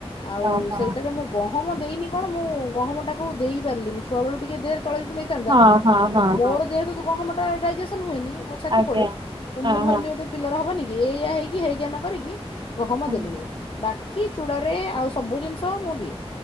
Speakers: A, on the left; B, on the right.
A: ଆଉ
B: ଓହୋ
A: ସେଇଟାରେ ମୁଁ ଗଣ ଗହମ ଦେଇନି କଣ ମୁଁ ଗହମଟାକୁ ଦେଇପାରିଲିନି ଛୁଆବେେଳୁ ଦେର ଚଳ ହେଇଥାନ୍ତା
B: ହଁ ହଁ ହଁ
A: ମୋର
B: ହଁ
A: ଯେହେତୁ ତୁ ଗହ ଟା ଡାଇଜେସନ୍ ହୁଏନି। ମୋ ଛଥି
B: ଆଜ୍ଞା
A: ପଡେ ତ
B: ହଁ
A: ମୁଁ ଭାବିଲି
B: ହଁ
A: ଗୋଧେ ପିଲାର ହବନି କି କିଏ ଏଇଆ ହେଇକି ହେଇ୍ଞା ନ କରିକି ଗହମ
B: ହଁ
A: ଦେଲିନି ବାକି ଚୁଡରେ ଆଉ ସବୁ ଜିନିଷ ତ ମୁ ଦିଏ।